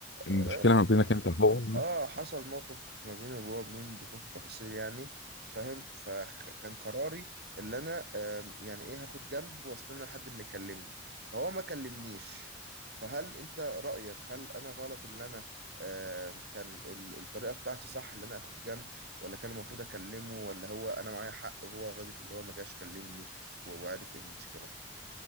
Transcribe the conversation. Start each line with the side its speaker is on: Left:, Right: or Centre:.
Left: المشكلة
Right: آه،
Left: ما بينك انت هو
Right: اه حصل موقف ما بيني وبابا بدون دخول في التفاصيل يعني فاهم فكان قراري اللي انا آم، يعني ايه هاخد جنب واستنى لحد ما يكلمني فهو ما كلمنيش فهل انت رأيك هل انا غلط اللي انا آم، كان ال- الطريقة بتاعتي صح اللي انا اخد جنب ولا كان المفروض اكلمه ولا هو انا معايا حق وهو غلط اللي هو ما جاش كلمني و- وعارف ايه المشكلة